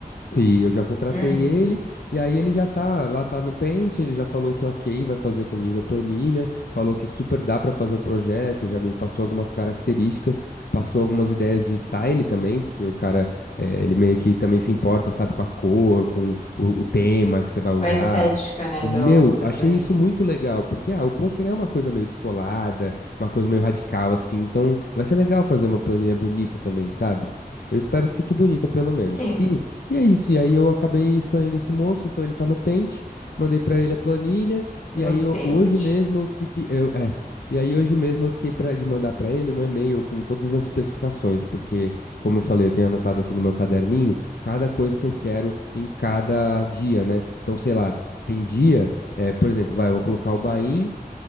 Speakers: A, on the left (about 85°); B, on the left (about 50°).
A: E eu já contratei
B: Uhum.
A: ele, e aí ele já tá, lá tá no Paint, ele já falou que ok, vai fazer comigo a planilha, falou que super dá pra fazer o projeto, já me passou algumas características, passou algumas ideias de style também, porque o cara, eh, ele meio que também se importa, sabe, com a cor, com o, o tema que você vai usar.
B: A estética, né,
A: E,
B: do,
A: Meu,
B: da
A: achei
B: planilha.
A: isso muito legal, porque ah, o poker é uma coisa meio descolada, uma coisa meio radical assim, então vai ser legal fazer uma planilha bonita também, sabe? Eu espero que fique bonita pelo menos.
B: Sim,
A: E e é isso, e aí eu acabei escolhendo esse moço, então ele tá no Paint, mandei pra ele a planilha, e
B: no
A: aí eu-
B: Paint.
A: hoje mesmo eu fiquei, eu- é, e aí hoje mesmo eu fiquei pra, de mandar pra ele um e-mail com todas as especificações, porque, como eu falei, eu tenho anotado aqui no meu caderninho cada coisa que eu quero em cada dia, né? Então, sei lá, tem dia, é, por exemplo, vai, eu vou colocar o Bahia